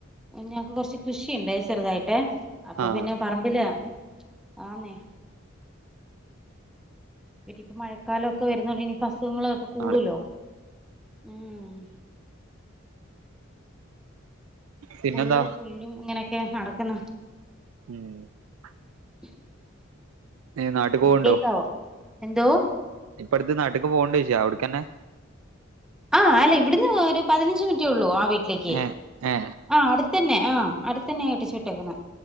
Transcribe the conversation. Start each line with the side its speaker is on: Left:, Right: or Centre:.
Centre: ഞക്ക് കൊറച്ച് കൃഷിയുണ്ടേ ചെറുതായിട്ട് അപ്പൊ
Right: ആ
Centre: പിന്നെ പറമ്പില് ആന്നെ പിന്നിപ്പ മഴക്കാലൊക്കെ വരുന്നോണ്ട് ഇനി അസുഖങ്ങളൊക്കെ കൂടുലോ
Right: ആ
Centre: ഉം
Right: പിന്നെന്താ
Centre: ഫുള്ള് പുല്ലും ഇങ്ങനെക്കെ നടക്ക്ന്ന്
Right: <unintelligible>
Centre: <unintelligible>
Right: നാട്ടിൽ
Centre: ആ
Right: പോവുണ്ടോ
Centre: കേക്കാവോ എന്തോ
Right: ഇപ്പ അടുത്ത് നാട്ട്ക്ക് പോണില്ലെ ചേച്ചിയെഅവ്ട്ക്കന്നെ
Centre: ആ എല്ലയ്ഇവിടുന്ന് ഒരു പതിനഞ്ച് മിനിറ്റെ ഉള്ളൂ ആ വീട്ടിലേക്ക്
Right: ഏ ഏ
Centre: ആ അടു തന്നെ ആ ഹ് അടുത്തന്നെ കെട്ടിച്ചുവിട്ടേക്ക്ണ്